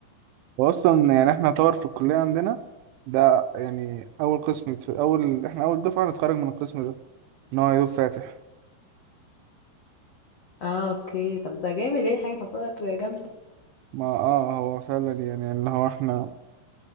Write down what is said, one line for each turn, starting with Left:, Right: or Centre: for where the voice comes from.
Right: واصلا يعني احنا طور في الكلية عندنا ده يعني اول قسم يتف... اول احنا اول دفعة نتخرج من القسم ده ان هو يدوب فاتح
Left: اه اوكي طب ده جامد يعني حاجة تعتبر جامدة
Right: ما اه هو فعلا يعني اللي هو احنا